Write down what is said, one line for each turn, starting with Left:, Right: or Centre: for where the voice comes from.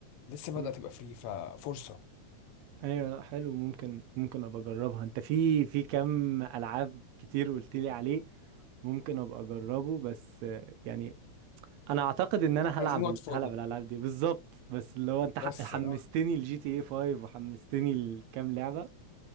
Left: لسه بدأت
Right: مم.
Left: تبقى فري ففرصه
Right: ايوه لا حلو ممكن ممكن ابقى اجربها انت في في كم العاب كتير قلت لي عليه ممكن ابقى اجربه بس آه، يعني انا اعتقد ان انا
Left: احنا
Right: هلعب
Left: عايزين وقت
Right: ال-
Left: فاضي
Right: هلعب الالعاب دي بالظبط بس اللي هو انت ح-
Left: بس
Right: حمستني
Left: اه
Right: الجي تي اي 5 وحمستني لكام لعبه